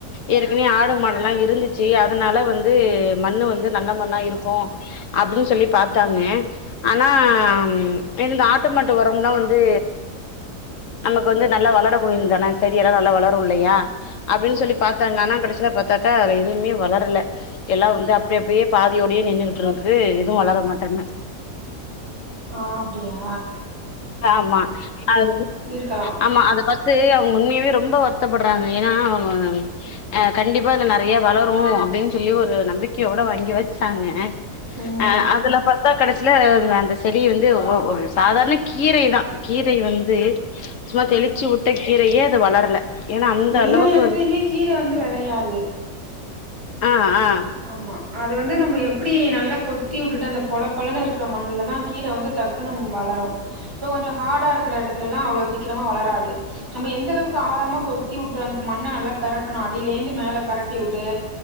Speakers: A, on the left; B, on the right.
A: ஏற்கனவே ஆடு மாடெல்லா இருந்துச்சி அதனால வந்து மண்ணு வந்து நல்ல மண்ணா இருக்கு அப்டின் சொல்லி பாத்தாங்க ஆனாம் எந்த ஆட்டு மாட்டு உரம்லா வந்து இப்ப வந்து நல்லா வளரக்கூடியது தானே செடி எல்லா நல்லா வளரு இல்லையா அப்டின் சொல்லி பாத்தாங்க ஆனா கடைசில பாத்தாக்கா எதுவுமே வளரல எல்லா வந்து அப்டி அப்டியே பாதியோடயே நின்னுகிட்டு இருக்கு எதுவு வளர மாட்டன்னு
B: ஆஹ் அப்டியா
A: ஆமா அதுவு
B: இருக்கலாம்
A: ஆமா அத பத் து அவங்க உண்மையாவே ரொம்ப வருத்தப்படுறாங்க ஏனா அவங்க அஹ் கண்டிப்பா இது நெறைய வளரும் அப்டின்னு சொல்லி ஒரு நம்பிக்கையோட வாங்கி வச்சாங்க
B: ம்
A: அஹ் அதுல பாத்தா கடைசியில அந்த செடி வந்து வ வ சாதாரண கீரை தா கீரை வந்து சும்மா தெளிச்சு வுட்ட கீரையே அது வளரல ஏன்னா அந்த
B: எல்லா
A: அளவுக்கு
B: எடத்துலயுமே
A: வந்து
B: கீரை வந்து விளையாது
A: ஆஹ் ஆஹ்
B: ஆமா அது வந்து நம்ம எப்டி நல்லா கொத்தி வுட்டுட்டு அந்த பொழப்பொழன்னு இருக்குற மண்ணுலதா கீரை வந்து டக்குன்னு வளரும் இப்போ கொஞ்சம் ஹார்டா இருக்கிற எடத்துலலா அவ்ளோ சீக்கரமாக வளராது நம்ம எந்த அளவுக்கு ஆழமா கொத்திவுட்டு அந்த மண்ண நல்லா பெரட்டணு அடியிலேந்து மேல பெரட்டிவுட்டு